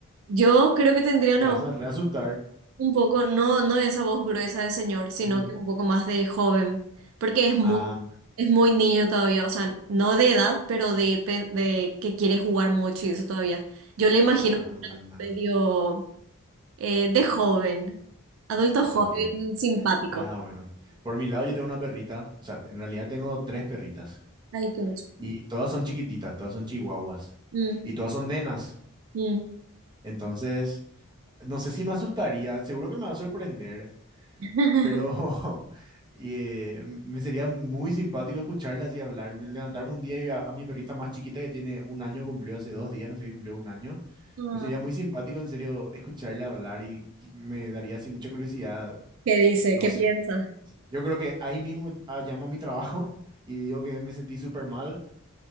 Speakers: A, on the right; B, on the right.
A: Yo creo que tendría una
B: Te vas
A: voz
B: a reasustar.
A: un poco, no, no esa voz gruesa de señor, sino
B: Mm.
A: que un poco más de joven, porque es muy,
B: Ah,
A: es muy niño todavía, o sea, no de edad, pero de, pen- de que quiere jugar mucho y eso todavía. Yo le imagino
B: ah,
A: una voz medio eh, de joven, adulto joven,
B: ok.
A: simpático.
B: Ah, bueno. Por mi lado yo tengo una perrita. O sea, en realidad tengo tres perritas.
A: Ay, qué mucho.
B: Y todas son chiquititas, todas son chihuahuas.
A: Mm,
B: Y todas son nenas.
A: mm.
B: Entonces... no sé si me asustaría, seguro que me va a sorprender,
A: <laughs>
B: pero <laughs> eh, me sería muy simpático escucharla así hablar, me- levantarme un día y a, a mi perrita más chiquita que tiene un año, cumplió hace dos días, no sé qué cumplió un año,
A: Ah,
B: me sería muy simpático en serio escucharla hablar y qui- me daría así mucha curiosidad,
A: ¿Qué dice?
B: no
A: ¿Qué
B: sé,
A: piensa?
B: yo creo que ahí mismo ah, llamo a mi trabajo <laughs> y digo que me sentí súper mal